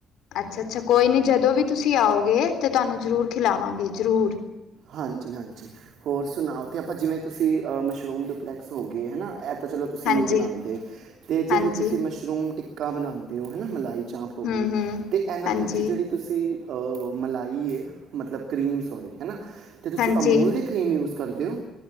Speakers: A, on the left; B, on the right.
A: ਅੱਛਾ-ਅੱਛਾ ਕੋਈ ਨੀ ਜਦੋਂ ਵੀ ਤੁਸੀਂ ਆਓਗੇ ਤੇ ਤੁਹਾਨੂੰ ਜ਼ਰੂਰ ਖਿਲਾਵਾਂਗੇ ਜ਼ਰੂਰ
B: ਹਾਂਜੀ, ਹਾਂਜੀ। ਹੋਰ ਸੁਣਾਓ? ਤੇ ਅਪਾਂ ਜਿਵੇਂ ਤੁਸੀਂ ਮਸ਼ਰੂਮ ਡੁਬਲੈਕਸ ਹੋ ਗੇ ਹੇਨਾ ਏ ਤਾਂ ਚਲੋ ਤੁਸੀਂ
A: ਹਾਂਜੀ
B: ਨੀ ਬਨਾਂਦੇ, ਤੇ
A: ਹਾਂਜੀ
B: ਜੇੜੇ ਤੁਸੀਂ ਮਸ਼ਰੂਮ ਟਿੱਕਾ ਬਣਾਦੇ ਔ ਹੈ ਨਾ ਮਲਾਈ ਚਾਂਪ ਹੋਗੀ,
A: ਹੂੰ ਹੂੰ
B: ਤੇ ਏਨਾਂ
A: ਹਾਂਜੀ।
B: ਵਿੱਚ ਜਿਹੜੀ ਤੁਸੀਂ, ਅ ਮਲਾਈ ਏ ਮਤਲਬ ਕਰੀਮ ਸੋਰੀ ਹੈਨਾ, ਤੇ ਤੁਸੀਂ
A: ਹਾਂਜੀ
B: ਅਮੂਲ ਦੇ ਕਰ੍ਰੀਮ ਯੂਜ ਕਰਦੇ ਹੋ।